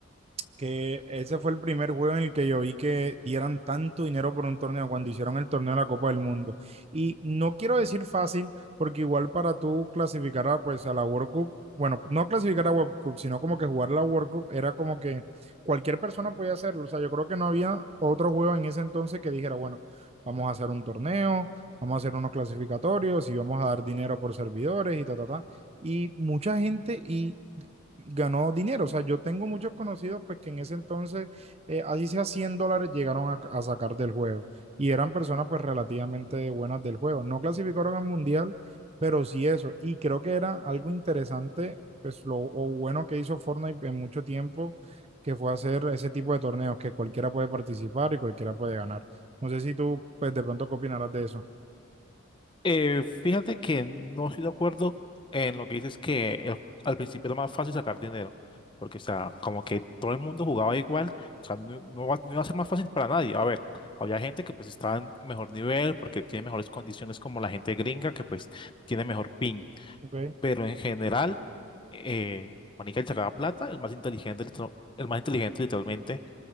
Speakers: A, on the right; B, on the left.
A: que ese fue el primer juego en el que yo vi que dieran tanto dinero por un torneo cuando hicieron el torneo de la Copa del Mundo. Y no quiero decir fácil, porque igual para tú clasificar a, pues, a la World Cup, bueno, no clasificar a World Cup, sino como que jugar la World Cup era como que cualquier persona podía hacerlo. O sea, yo creo que no había otro juego en ese entonces que dijera, bueno, vamos a hacer un torneo, vamos a hacer unos clasificatorios y vamos a dar dinero por servidores y ta, ta, ta. Y mucha gente, y ganó dinero. O sea, yo tengo muchos conocidos pues que en ese entonces, eh, así sea 100 dólares, llegaron a, a sacar del juego. Y eran personas pues relativamente buenas del juego. No clasificaron al mundial, pero sí eso. Y creo que era algo interesante, pues lo o bueno que hizo Fortnite en mucho tiempo, que fue hacer ese tipo de torneos que cualquiera puede participar y cualquiera puede ganar. No sé si tú pues de pronto qué opinarás de eso.
B: Eh, fíjate que no estoy de acuerdo en lo que dices que el- al principio era más fácil sacar dinero, porque, o sea, como que todo el mundo jugaba igual, o sea, no, no va- no iba a ser más fácil para nadie. A ver, había gente que pues estaba en mejor nivel porque tiene mejores condiciones como la gente gringa que pues tiene mejor ping,
A: Ok,
B: pero en general, eh, marica, el sacaba plata, el más inteligente, el, tro- el más inteligente literalmente.